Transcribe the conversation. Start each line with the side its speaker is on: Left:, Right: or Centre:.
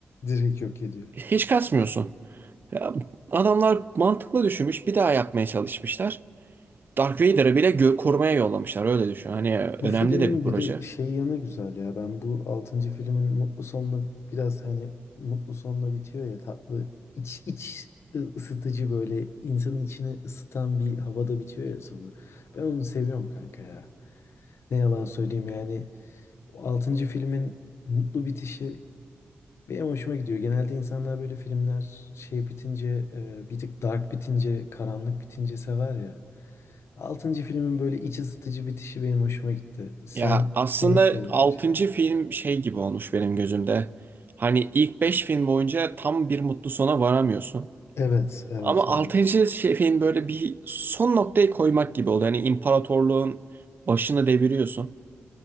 Left: Direkt yok ediyor.
Right: Hiç kasmıyorsun. Ya, adamlar mantıklı düşünmüş bir daha yapmaya çalışmışlar. Dark Vader'ı bile gö- korumaya yollamışlar öyle düşün. Hani önemli
Left: Bu filmin
Right: de bir proje.
Left: bir de şey yanı güzel ya. Ben bu altıncı filmin mutlu sonunu biraz hani mutlu sonla bitiyor ya tatlı iç iç ı- ısıtıcı böyle insanın içini ısıtan bir havada bitiyor ya sonu. Ben onu seviyorum kanka ya. Ne yalan söyleyeyim yani o 6. filmin mutlu bitişi benim hoşuma gidiyor. Genelde insanlar böyle filmler şey bitince e, bir tık dark bitince karanlık bitince sever ya. Altıncı filmin böyle iç ısıtıcı bitişi benim hoşuma gitti. Sen
Right: Ya aslında
Left: sevmiş miydin
Right: 6.
Left: o şeyi?
Right: film şey gibi olmuş benim gözümde. Hani ilk 5 film boyunca tam bir mutlu sona varamıyorsun.
Left: Evet, evet,
Right: Ama 6.
Left: evet.
Right: şey, film böyle bir son noktayı koymak gibi oldu. Hani imparatorluğun başını deviriyorsun.